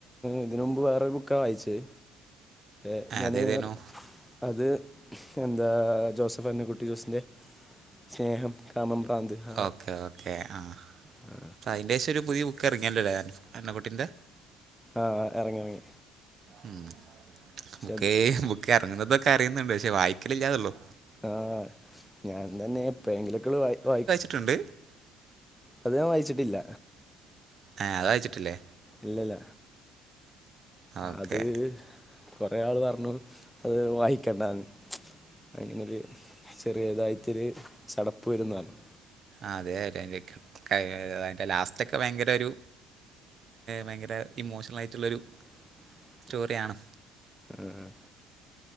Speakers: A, in the centre; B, on the right.
A: ഇതിന് മുമ്പ് വേറെ ബുക്കാ വായിചെയ്. എങ്ങനെ
B: ആ, അതേതേനു
A: യർ. അത് എന്താ ജോസഫ് അന്ന കുട്ടി ജോസിൻ്റെ സ്നേഹം. കാമം പ്രാന്ത്. ആ
B: ഓക്കെ ഓക്കെ ആഹ്
A: ആ,
B: ഇപ്പോ അയിൻ്റെഷം ഒരു പുതിയ ബുക്ക് എറങ്ങില്ലല്ലേ അന്നക്കുട്ടിൻ്റെ.
A: ആഹ് ആഹ് എറങ്ങി എറങ്ങി.
B: ഉം ബുക്ക്
A: അത്
B: ബുക്ക് എറങ്ങുന്നതൊക്കെ അറിയുന്നുണ്ട് പക്ഷെ വായിക്കലില്ലാന്നേ ഉള്ളൂ
A: ആഹ് ഞാൻ തന്നെ എപ്പഴെങ്കിലൊക്കെയുള്ളു വായി വായിക്ക
B: ട്ടുണ്ട്.
A: അത് ഞാൻ വായിച്ചിട്ടില്ല
B: ഏഹ് അത് വായിച്ചിട്ടില്ലേ
A: ഇല്ലില്ല
B: ഓക്കെ
A: അത് കൊറേ ആള് പറഞ്ഞു അത് വായിക്കണ്ടാന്ന്. അതിനൊരു ചെറിയ ഇതായിട്ടൊരു ചടപ്പ് വരൂന്ന് പറഞ്ഞു.
B: ആഹ് അതെ <unintelligible> അതിന്റെ ലാസ്റ്റ് ഒക്കെ ഭയങ്കര ഒരു ഭയങ്കര ഇമോഷണലായിട്ടുള്ളൊരു
A: <inaudible>
B: സ്റ്റോറിയാണ്
A: ആ